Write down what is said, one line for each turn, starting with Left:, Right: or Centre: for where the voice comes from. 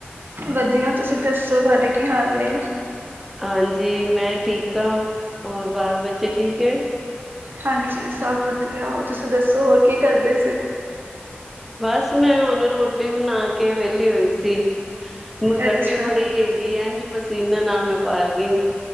Right: ਵਧੀਆ ਤੁਸੀਂ ਦੱਸੋ, ਤੁਹਾਡਾ ਕੀ ਹਾਲ ਨੇ।
Centre: ਹਾਂਜੀ, ਮੈਂ ਠੀਕ ਹਾਂ ਹੋਰ ਬਾਲ ਬੱਚੇ ਠੀਕ ਏ।
Right: ਹਾਂਜੀ ਸਭ ਵਧੀਆ, ਉਹ ਤੁਸੀਂ ਦੱਸੋ ਹੋਰ ਕੀ ਕਰਦੇ ਸੀ।
Centre: ਬਸ, ਮੈਂ ਹੁਣ ਰੋਟੀ ਬਣਾ ਕੇ ਵੇਲੀ ਹੋਈ ਸੀ। ਹੁਣ ਗਰਮੀ
Right: ਅੱਛਾ
Centre: ਬੜੀ ਹੈਗੀ ਆ, ਇਝ ਪਸੀਨੇ ਨਾਲ ਮੈਂ ਪਾਰ ਗਈ।